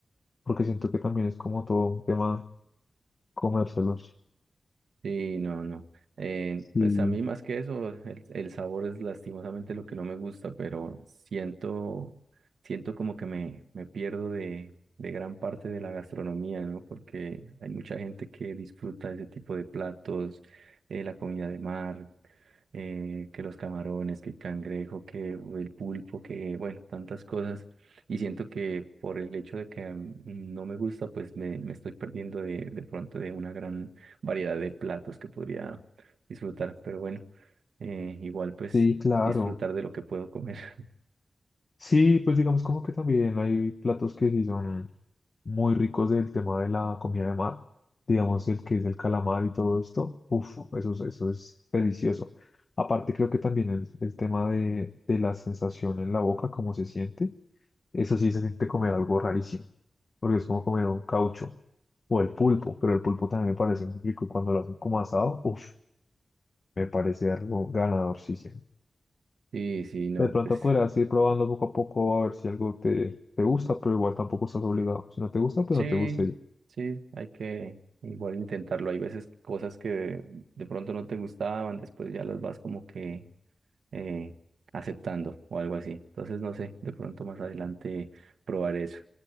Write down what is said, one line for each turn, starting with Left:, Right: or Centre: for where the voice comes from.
Left: porque siento que también es como todo un tema comérselos.
Right: Sí, no, no. Eh,
Left: Sí,
Right: pues a mí más que eso, el, el sabor es lastimosamente lo que no me gusta, pero siento, siento como que me, me pierdo de, de gran parte de la gastronomía, ¿no? Porque hay mucha gente que disfruta ese tipo de platos, eh, la comida de mar, eh, que los camarones, que el cangrejo, que el pulpo, que bueno, tantas cosas. Y siento que por el hecho de que mm, no me gusta, pues me, me estoy perdiendo de, de pronto de una gran variedad de platos que podría disfrutar, pero bueno, eh, igual pues
Left: sí, claro.
Right: disfrutar de lo que puedo comer. <laughs>
Left: Sí, pues digamos como que también hay platos que sí son muy ricos del tema de la comida de mar, digamos el que es el calamar y todo esto, uff, eso, es- eso es delicioso. Aparte creo que también el, el tema de, de la sensación en la boca, cómo se siente, eso sí se siente comer algo rarísimo, porque es como comer un caucho o el pulpo, pero el pulpo también me parece muy rico cuando lo hacen como asado, uff, me parece algo ganador, sí, sí.
Right: Sí, sí, no,
Left: De pronto
Right: pues
Left: podrías ir probando poco a poco a ver si algo te, te gusta, pero igual tampoco estás obligado. Si no te gusta, pues
Right: sí,
Left: no te gusta y ya.
Right: sí, hay que igual intentarlo. Hay veces cosas que de pronto no te gustaban, después ya las vas como que eh, aceptando o algo así. Entonces, no sé, de pronto más adelante probar eso.